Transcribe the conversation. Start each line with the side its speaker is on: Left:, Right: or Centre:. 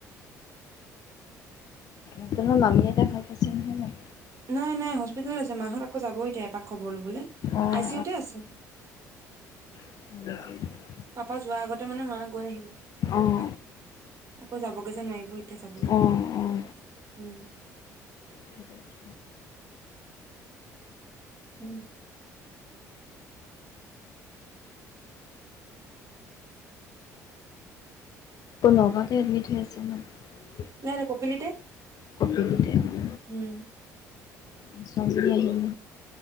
Left: আপানাৰাৰ মামীয়ে এতিয়া ভাল পাইছে নহয় ন
Right: নাই নাই হস্পিতেলত আছে মাহত আকৌ যাব এতিয়া এপাক খবৰ লবলৈ
Left: অঁ
Right: আই চি ইউতে আছে
Left: উ
Right: পাপা যোৱাৰ আগতে মানে মা গৈ আহিব
Left: অঁ
Right: এপাঅ আকৌ যাব <unintelligible> মাইবই তেয যাবলৈ উম
Left: অঁ অঁ অঁ সেইটো কথা।
Right: উম
Left: তৌ ন'গাৱতে এডমিট হৈ আছিল ন
Right: না ৰে কপিলিতে
Left: কতে <unintelligible>
Right: উম
Left: ইচ্ ৰাম ৰাম